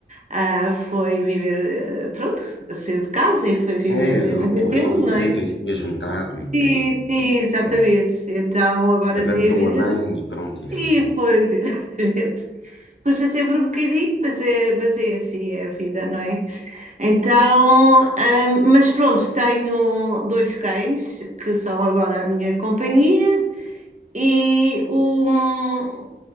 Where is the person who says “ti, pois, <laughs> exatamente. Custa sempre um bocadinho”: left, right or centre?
Right